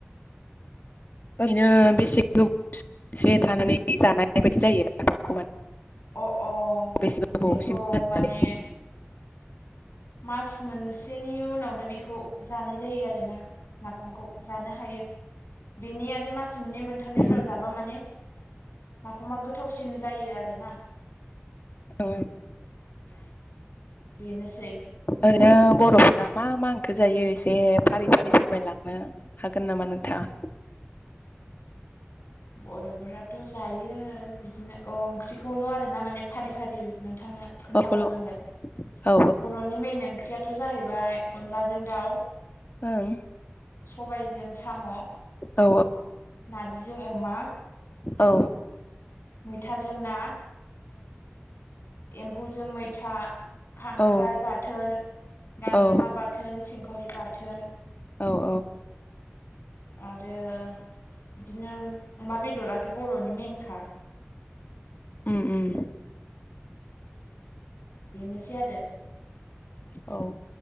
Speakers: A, on the left (about 45°); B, on the left (about 65°).
A: ओरैनो बेसे गोबसे थानानै जानाय बायदि जायो नाफामखौ माने
B: अ अ
A: बेसे गोबावसिम
B: बेखौ
A: दोननानै
B: माने मास मोनसेनि उनावनो बेखौ जानाय जायो आरोना। नाफामखौ जानो हायो बेनि आरो मास मोननै मोनथामनि
A: उम
B: उनाव जाबा माने माफामा गोथावसिन जायो आरोना।
A: औ
B: बेनोसै
A: ओरैनो बर'फोरा मा मा ओंखो जायो एसे फारि फारि फोरमायलांनो हागोन नामा नोंथां? था
B: बर'फोराथ' जायो बिदिनो अ ओंख्रिखौल' आरोना माने फारि फारि नोंथांनो खोन्थालांनांगोन
A: बेखौल' औ औ
B: बर'नि मेन ओंख्रि याथ' जाहैबाय अनलाजों दाउ।
A: ओं
B: सबायजों साम'
A: औ
B: नार्जिजों अमा।
A: औ
B: मैथाजों ना एम्फौजों मैथा खांख्राइ
A: औ
B: बाथोन। गांजेमा
A: औ
B: बाथोन सिंखाउरि बाथोन।
A: अ
B: आरो बिदिनो अमा बेदराथ' बर'नि मेनखा
A: ओम ओम।
B: बेनोसै आरो।
A: औ